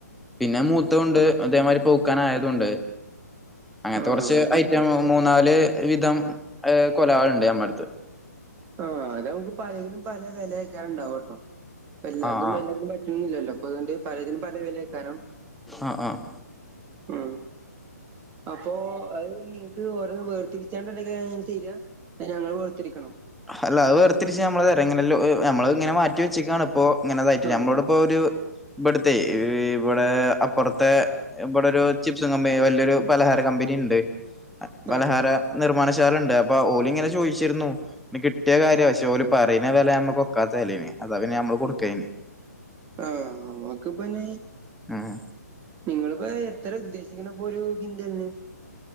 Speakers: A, in the centre; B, on the right.
A: പിന്നെ, മൂത്തുണ്ട് അതേമാതിരി, പൂക്കാൻ ആയതുണ്ട്. അങ്ങനത്തെ,
B: ആഹ്
A: കൊറച്ച്,
B: നമുക്ക്
A: ഐറ്റം, മൂന്നാല്, വിധം, എഹ്, കൊലളുണ്ട്, നമ്മ അടുത്ത്.
B: ആഹ്, അതമ്മക്ക്, പലതിനും പല വെലെയ്ക്കാരം, ഇണ്ടാവട്ടോ. എല്ലാതും
A: ആ ആ
B: എല്ലയിനും, പറ്റണന്നില്ലല്ലോ, അപ്പ അതുകൊണ്ട്, പലതിനും പല വെലയക്കാരണം.
A: ആഹ്, ആഹ്.
B: ഉം. അപ്പൊ അത് നിങ്ങക്ക് ഓരോന്നും, വേർതിരിച്ചാണ്ട്ണ്ടങ്കെങ്ങനാ, തരാ അഞങ്ങള്, വേർത്തിരിക്കണോ?
A: അല്ല അത് വേർതിരിച്ച്, ഞമ്മള് തരാ, ഇങ്ങനെ, ലോ ഞമ്മള് ഇങ്ങനെ, മാറ്റി വെച്ചക്കാണ്, ഇപ്പോ, ഇങ്ങനെതായിട്ട്,
B: ആഹ്
A: ഞമ്മളോട് ഇപ്പോ ഒരു ബ്ടുത്തെ, ഇവടെ, അപ്പുറത്തെ ഇബടെ ഒരു, ചിപ്സും, കമ്പനി, വല്ല്യരു പലഹാര കമ്പനി ഇണ്ട്, പലഹാര
B: ആഹ്
A: നിർമ്മാണശാല ഉണ്ട്, അപ്പൊ ഓല് ഇങ്ങനെ, ചോദിച്ചിരുന്നു. ന് കിട്ട്യാ കാര്യ, പക്ഷേഓര് പറയണ വെല, ഞമ്മകൊക്കാത്ത, വെലേന്, അതാ പിന്നെ ഞമ്മള്, കൊടുക്കയ്ന്.
B: ആഹ്, നമ്മ്ക്ക് പ്പ നി,
A: ഉം
B: നിങ്ങളിപ്പോ, എത്ര ഉദ്ദേശിക്കണ്? ഒരു, കിൻ്റ്വലിന്?